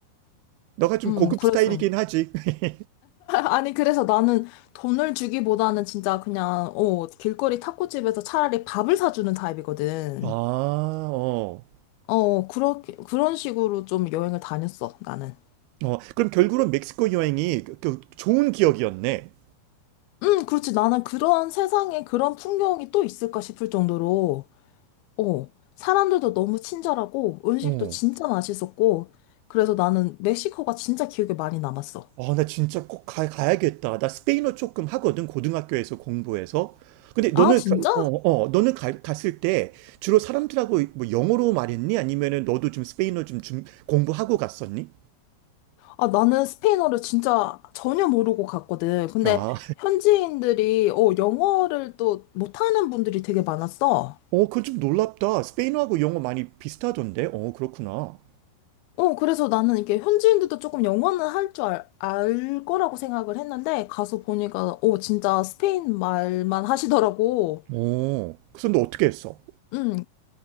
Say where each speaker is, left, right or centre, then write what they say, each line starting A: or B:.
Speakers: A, on the right (about 90°); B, on the left (about 85°).
A: 너가 좀
B: 음,
A: 고급
B: 그래서.
A: 스타일이긴 하지. <laughs>
B: 아니, 그래서 나는 돈을 주기보다는 진짜 그냥, 어, 길거리 타코집에서 차라리 밥을 사주는 타입이거든.
A: 아, 어.
B: 어, 그렇게, 그런 식으로 좀 여행을 다녔어, 나는.
A: 어, 그럼 결국은 멕시코 여행이 그, 그 좋은 기억이었네.
B: 음, 그렇지. 나는 그런 세상에 그런 풍경이 또 있을까 싶을 정도로, 어, 사람들도 너무 친절하고, 음식도
A: 어.
B: 진짜 맛있었고, 그래서 나는 멕시코가 진짜 기억에 많이 남았어.
A: 아, 나 진짜 꼭 가, 가야겠다. 나 스페인어 조금 하거든, 고등학교에서 공부해서. 근데 너는,
B: 아, 진짜?
A: 가- 어, 어, 너는 가- 갔을 때 주로 사람들하고 뭐 영어로 말했니? 아니면은 너도 좀 스페인어 좀, 좀 공부하고 갔었니?
B: 아, 나는 스페인어를 진짜 전혀 모르고 갔거든. 근데
A: 아,
B: 현지인들이, 어, 영어를 또 못하는 분들이 되게 많았어.
A: 어, 그건 좀 놀랍다. 스페인어하고 영어 많이 비슷하던데? 어, 그렇구나.
B: 어, 그래서 나는 이게 현지인들도 조금 영어는 할 줄 알, 알 거라고 생각을 했는데, 가서 보니까, 어, 진짜 스페인 말만 하시더라고.
A: 어, 그래서 너 어떻게 했어?
B: 음.